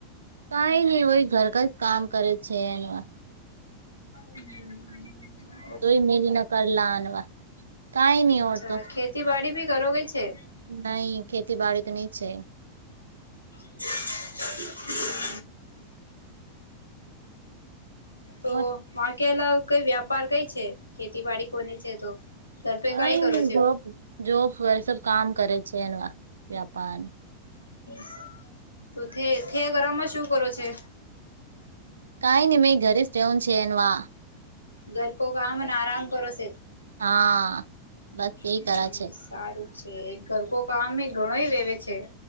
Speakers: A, on the right; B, on the left.
A: કઈ નઈ હોય, ઘર ઘર કામ કરે છે, એ.
B: હમ.
A: તોય મિલન કરલા આનવા કઈ નહી
B: અચ્છા
A: ઓડતો.
B: ખેતીવાડી ભી કરોગી છે?
A: નહીં ખેતી વાડી તો નહીં છે.
B: <unintelligible> તો
A: ઓર
B: વાકેલા કઈ વ્યાપાર કઈ છે, ખેતી બાડી કોની છે, તો.. ધર પે
A: કઈ
B: કાઈ કરો
A: નહી
B: છે?
A: જોબ જોબ વગે સબ કામ કરે છે, એ વ્યાપાર.
B: હ, તો થેગમાં શું કરો છે?
A: કઈ નહીં મેં ઘરે જ રેવાન છે, એનવા.
B: ઘર કો કામ અને આરામ કરો છે.
A: હા, બસ એ
B: હમ
A: કરા છે.
B: સારું છે, ઘરકો કામએ ઘણો વેવે છે.